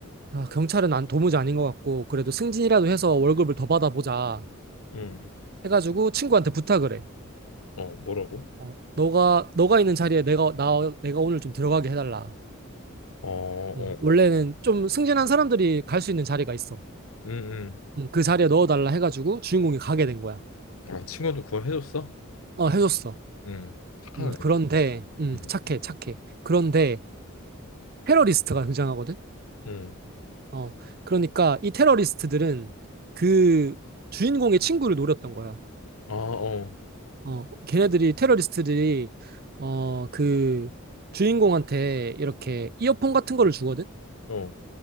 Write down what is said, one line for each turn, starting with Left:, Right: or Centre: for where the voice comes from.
Right: 아, 경찰은 안 도무지 아닌 것 같고 그래도 승진이라도 해서 월급을 더 받아보자
Left: 음,
Right: 해가지고 친구한테 부탁을 해.
Left: 어, 뭐라고?
Right: 어, 너가 너가 있는 자리에 내가 나 내가 오늘 좀 들어가게 해달라.
Left: 어, 어.
Right: 음, 원래는 좀 승진한 사람들이 갈 수 있는 자리가 있어.
Left: 응응.
Right: 음, 그 자리에 넣어달라 해가지고 주인공이 가게 된 거야.
Left: 아, 친구도 그걸 해줬어?
Right: 어, 해줬어.
Left: 음, 착하네.
Right: 음, 그런데 음,
Left: 음,
Right: 착해 착해. 그런데 테러리스트가 등장하거든.
Left: 음,
Right: 어, 그러니까 이 테러리스트들은 그 주인공의 친구를 노렸던 거야.
Left: 아, 어,
Right: 어, 걔네들이 테러리스트들이 어, 그 주인공한테 이렇게 이어폰 같은 거를 주거든.
Left: 어,